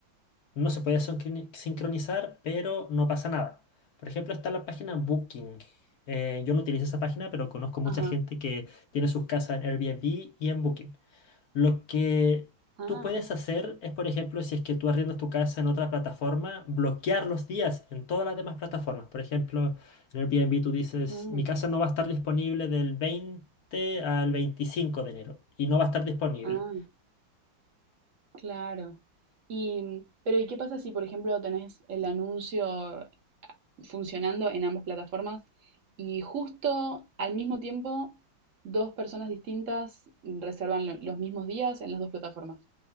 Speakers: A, on the left; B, on the right.
A: no se puede sincroni- sincronizar, pero no pasa nada. Por ejemplo, está la página Booking. Eh, yo no utilizo esa página, pero conozco mucha
B: Ajá.
A: gente que tiene sus casas en Airbnb y en Booking. Lo que
B: Ah,
A: tú puedes hacer es, por ejemplo, si es que tú arriendas tu casa en otra plataforma, bloquear los días en todas las demás plataformas. Por ejemplo, en Airbnb tú dices,
B: Mm,
A: mi casa no va a estar disponible del 20 al 25 de enero y no va a estar disponible.
B: ah, claro. Y, mm, pero ¿y qué pasa si, por ejemplo, tenés el anuncio funcionando en ambas plataformas y justo al mismo tiempo dos personas distintas reservan lo- los mismos días en las dos plataformas?